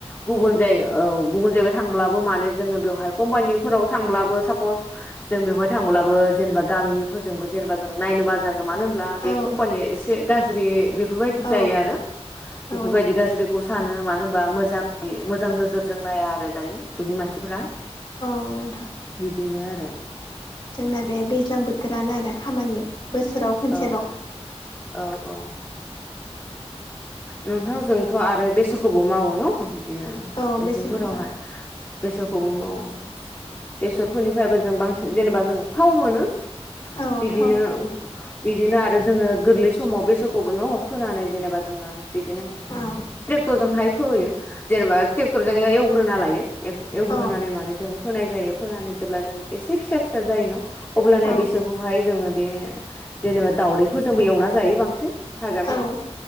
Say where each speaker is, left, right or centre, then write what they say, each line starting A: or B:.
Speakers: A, on the left (about 20°); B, on the left (about 45°).
A: गुबुन जायगा औ गुबुन जायगायाव थांब्लाबो माने जोङो बेवहाय कम्पानिफोराव थांब्लाबो सापस जों बेवहाय थां ब्लाबो जेनेबा गामिनिफोरजोंबो जेनेबा जों नायनो बा जागोन मानो होनब्ला बे
B: औ
A: कम्पानिया एसे गाज्रि बेफोरबायदि
B: औ
A: जायो आरो बेफोरबायदि
B: औ
A: गाज्रिखौ सानो मानो होनबा मोजां मोजां नोजोरजों नाया आरो दानि जुगनि मानसिफोरा।
B: नंगौ नोंथां।
A: बिदिनो आरो
B: जोंना बे दैज्लां बोथोरानो आरो खामानि बोसोराव खनसेल'
A: औ औ औ नोंथां जोंथ' आरो बेसरखौबो मावो न बिदिनो
B: औ
A: मेसेंफोरावहाय।
B: बेसोरखौबा
A: बेसरखौबो मावो बेसरफोरनिफ्रायबो जों बांसिन जेनेबा जों थाव मोनो।
B: औ
A: बिदिनो
B: थाव
A: बिदिनो आरो जोङो गोरलै समाव बेसरखौ न' फोनानै जेनेबा जोङो बिदिनो
B: औ
A: ट्रेक्टरजोंहाय फोयो जेनेबा ट्रेक्टरजों एवग्रोना लायो एवग्रोनानै
B: औ
A: माने जों फोनाय जायो फोनानै जेब्ला जों एसे फिसा फिसा जायो न अब्लानिया
B: औ
A: बेसोरखौहाय जोङो बे जेनेबा दाउदैफोरजोंबो एवना जायो बांसिन भाजाफोरजों
B: औ